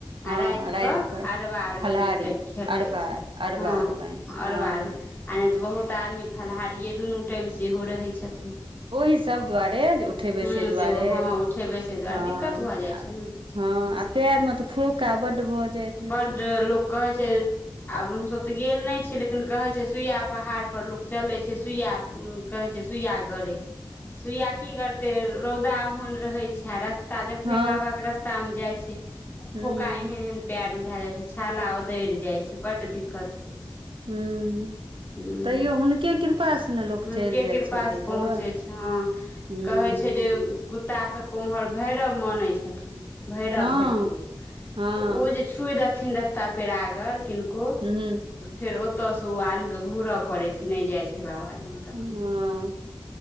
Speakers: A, on the right; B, on the left.
A: हँ
B: आ रात
A: राति
B: कऽ अरवा अरबनि
A: फलाहारी
B: एक टाइम खेललथि,
A: अरबा अरबा
B: हँ
A: अरबाइन
B: अरवा
A: हँ
B: -अरबनि। आ नहि तऽ बहुत आदमी फलाहारिए दुनू टाइम सेहो रहै छथिन।
A: ओहि सब दुआरे, उठे बैसे
B: हूँ
A: दुआरे,
B: जे हँ उठे बैसे दुआरे
A: हँ।
B: दिक्कत भऽ जाइ छै ने
A: हँ, आ पैर में फोका बड भऽ जाइत हेतै
B: बड लोक कहै छै आब हमसभ तऽ गेल नहि छी, लेकिन कहैत छै सुइया पहाड़पर लोक चलैत छै, सुइया उ कहै छै सुइया गरई छै, सुइया की गरते, रौदा ओहन रहै छै, आ रस्त ता जखने
A: हँ
B: बाबा के रास्ता में जाय छै, त
A: हूँ
B: फोका एहन एहन पेर मे भय जाय छै, छाला उ दइड़ जाय छै, बड दिक्कत होइ छै।
A: हूॅं
B: हूँ
A: तैयो हुनके कृपा से न लोक
B: हुनके
A: चलि जाइ
B: कृपा
A: छै एते
B: सँ पहुँचै
A: दूर
B: छै हँ
A: हूँ
B: कहै छै जे कुत्ता सबके उम्हर भैरव मानै छथिन भैरव
A: हँ
B: भेलखिन ओ
A: हँ
B: तऽ ओ जे छुइ देथिन रस्ता पेरा अगर किनको
A: हूँ
B: तऽ फेर ओतऽ सँ ओ आदमी केँ घुरय पड़ै छै नहि जाइ छै बाबाधाम तक।
A: हँ